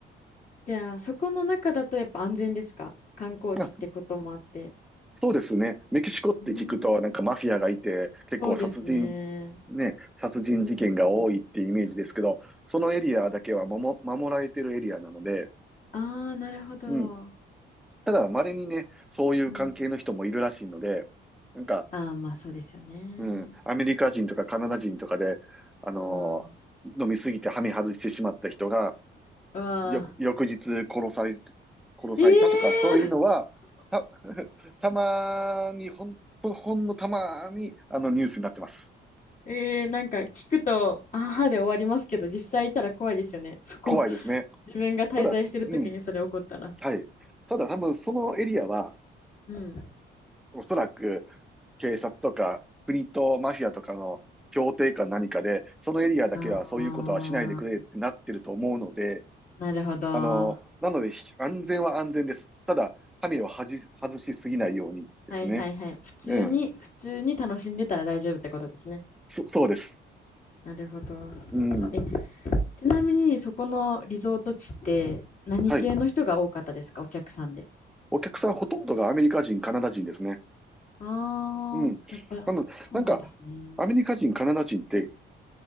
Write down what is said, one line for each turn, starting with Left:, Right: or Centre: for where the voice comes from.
Left: じゃあ、そこの中だとやっぱ安全ですか観光地ってこともあって。
Centre: まあ、そうですね。メキシコって聞くと、
Left: うん
Centre: なんかマフィアがいて、結構殺人、
Left: そうですね。
Centre: ね、殺人事件が多いってイメージですけど、
Left: うんあん。
Centre: そのエリアだけは守、守られてるエリアなので、
Left: あー、なるほど。
Centre: うん。ただ、稀にね、そういう関係の人もいるらしいので、
Left: うん。
Centre: なんか、
Left: あー、まあそうですよね。
Centre: うん、アメリカ人とかカナダ人とかで、あのー飲みすぎてハメ外してしまった人が、
Left: うん。うわ
Centre: 翌、翌日殺され、殺されたとか、
Left: ーええー
Centre: そういうのは、た、<laughs> たまに、ほんと、ほんのたまに、あの、ニュースになってます。
Left: ええーなんか聞くと、あはで終わりますけど、実際いたら怖いですよね。そこ、
Centre: 怖いですね。
Left: 自分が滞在してる時にそれ起こったら。
Centre: ただ、うん、はい。ただ多分、そのエリアは、
Left: うん。
Centre: おそらく、警察とか、国とマフィアとかの協定か何かで、そのエリアだけはそういうことはしないでくれってなってると思うので、
Left: ああ、なるほど。は
Centre: あの、なので、ひ安全は安全です。ただ、神をはじ、外しすぎないようにですね。
Left: いはいはい。普通に、
Centre: うん。
Left: 普通に楽しんでたら大丈夫ってことですね。
Centre: そ、そうです。
Left: なるほど。
Centre: うん。
Left: え、ちなみにそこのリゾート地って何系の人が多かったですか、
Centre: はい。
Left: お客さんで。
Centre: お客さんほとんどがアメリカ人、カナダ人ですね。
Left: ああ、
Centre: うん。
Left: やっぱそうなんですね。
Centre: なの、なんか、アメリカ人、カナダ人って、